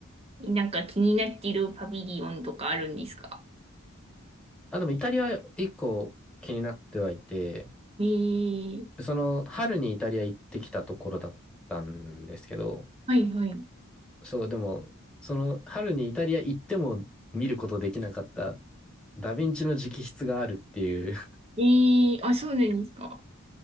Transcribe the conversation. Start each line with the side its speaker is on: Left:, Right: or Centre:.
Right: えなんか気になってるパビリオンとかあるんですか
Centre: あ、でもイタリア一個気になってはいて、
Right: ええ
Centre: その春にイタリア行ってきたところだったんですけど、
Right: はいはい。
Centre: そう、でも、その春にイタリア行っても見ることできなかったダヴィンチの直筆があるっていう
Right: ええあ、そうなんですか。